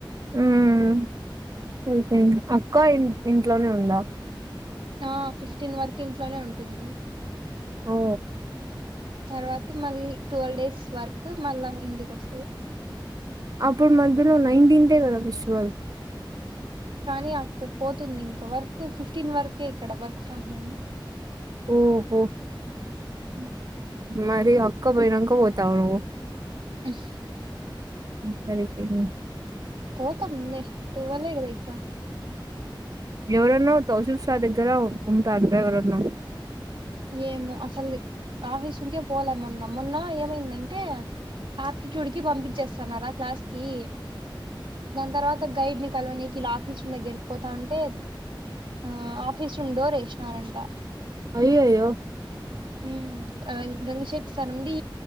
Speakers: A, on the right; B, on the right.
A: ఉమ్ సరిపోయింది అక్క ఇ ఇంట్లోనే ఉందా
B: ఆ ఫిఫ్టీన్ వర్క్ ఇంట్లోనే ఉంటుంది
A: అఓ
B: తర్వాత మళ్ళీ టువల్ డేస్ వర్క్ మళ్ళా ఇంటికి వస్తుంది
A: అప్పుడు మధ్యలో నైన్టీన్త్ ఎ గదా ఫెస్టివల్
B: కానీ అక్కడ పోతుంది ఇంక వర్క్ ఫిఫ్టీన్ వరకే ఇక్కడ వర్క్ ఫ్రమ్ హోమ్
A: ఓహో
B: అ
A: మరి అక్క పోయినంక పోతావ నువ్వు
B: అ <inaudible>
A: సరే <unintelligible>
B: పోతా ముందే టూవెళ్లే కదా <unintelligible>
A: ఎవరన్నోతౌ <unintelligible> దగ్గర ఉంటార ఎవరన్నాో
B: ఏమో అసలు ఆఫీస్ రూమ్ కె పోలే మొన్న మొన్న ఏమైందంటే ఆప్టిట్యూడ్ కి పంపించేస్తానలా క్లాస్కిి దాని తర్వాత గైడ్ ని కాలొనీ కి ఇలా <unintelligible> దగ్గరికి పోతా అంటే ఆ ఆఫీస్ రూమ్ డోర్ ఎసినారంట
A: అయ్య అయ్యో
B: ఉమ్ గంగ షెటి సార్ ఉండి